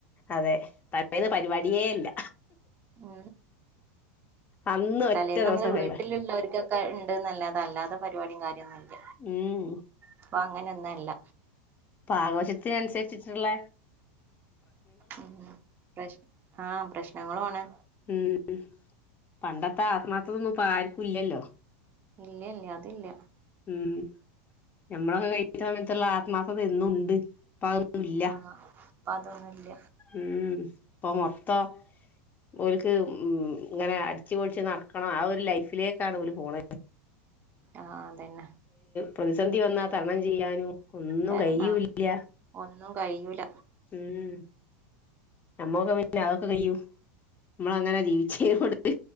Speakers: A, on the left; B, on the right.
A: അതെ പലന്ന് പരിപാടിയേ ഇല്ല
B: ഉ
A: അന്ന് ഒറ്റ
B: തലേ നമ്മള്
A: ദിവസം
B: വീട്ടിലുള്ളവർക്കൊക്കെ
A: പരിപാടി
B: ഒക്കെ ഉണ്ട്ന്നല്ലാതെ അല്ലാത്ത പരിപാടും കാര്യന്നല്ല
A: ഉം
B: ഇപ്പൊ അങ്ങനൊന്നല്ല
A: ആഘോഷത്തിന അനുസരിച്ചിട്ടുള്ള
B: ഉം പ്രശ് ആഹ് പ്രശ്നങ്ങള ആണ്
A: ഉം പണ്ടത്തെ ആത്മാർത്ഥതൊന്നും ഇപ്പ ആർക്കും ഇല്ലല്ലോ
B: ഇല്ല ഇല്ല അതി ഇല്ല
A: ഉം ഞമ്മളൊക്കെ കഴിക്ക സമയത്തുള്ള ആത്മാർത്ഥത എന്നും ഉണ്ട് ഇപ്പ അതൊന്നും ഇല്ല
B: ആഹ് ഇപ്പൊ അതൊന്നുംല്ല
A: ഉം ഇപ്പം മൊത്തം ഓല്ക് ഉം ഇങ്ങനെ അടിച്ചു പൊടിച്ച് നടക്കണം ആ ഒരു ലൈഫിലേക്കാണ് അവര് പോണ
B: ആഹ് അതന്നെ
A: പ്രതിസന്ധി വന്നാ തരണം ചെയ്യാനും ഒന്നും
B: കാരണം
A: കഴ്ല്ല
B: ഒന്നും കയൂല
A: ഉം നമ്മൊക്കെ പിന്ന അതൊക്കെ കഴിയൂ നമ്മള അങ്ങനെ ജീവിച്ചേതിനോണ്ട്